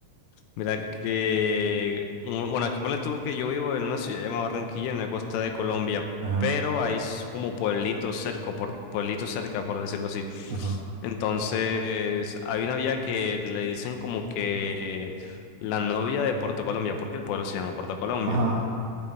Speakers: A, on the left; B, on the right.
A: Mira que, mm, bueno, aquí ponle tú que yo vivo en una ciudad llamada Barranquilla, en la costa de Colombia,
B: Ajá,
A: pero hay s- como pueblitos cerca, por, pueblitos cerca, por decirlo así.
B: ajá,
A: Entonces, hay una vía que le dicen como que la novia de Puerto Colombia, porque el pueblo se llama Puerto Colombia.
B: ajá.